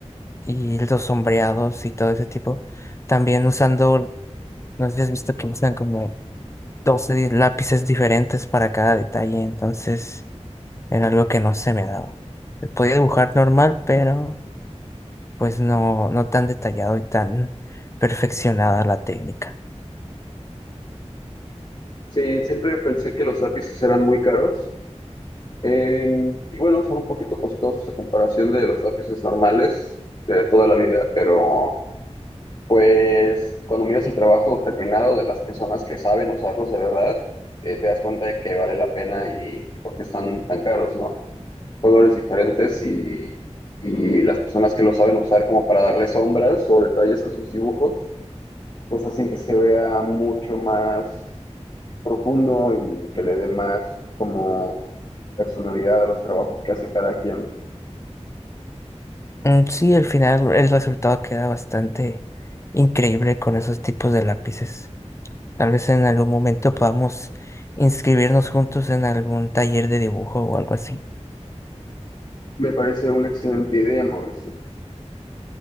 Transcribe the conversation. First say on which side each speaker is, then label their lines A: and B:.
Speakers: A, on the left (about 25°); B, on the left (about 40°).
A: y los sombreados y todo ese tipo. También usando, no sé si has visto que usan como 12 di- lápices diferentes para cada detalle, entonces era algo que no se me daba. Podía dibujar normal, pero pues no, no tan detallado y tan perfeccionada la técnica.
B: Sí, siempre pensé que los lápices eran muy caros, em, y bueno, son un poquito costosos a comparación de los lápices normales de toda la vida, pero... Pues cuando miras el trabajo terminado de las personas que saben usarlos de verdad, eh, te das cuenta de que vale la pena y, y por qué están tan caros, ¿no? Colores diferentes y, y las personas que lo saben usar como para darle sombras o detalles a sus dibujos, pues hacen que se vea mucho más profundo y que le dé más como personalidad a los trabajos que hace cada quien.
A: Mm, Sí, al final el resultado queda bastante increíble con esos tipos de lápices. Tal vez en algún momento podamos inscribirnos juntos en algún taller de dibujo o algo así.
B: Me parece una excelente idea, Mauricio.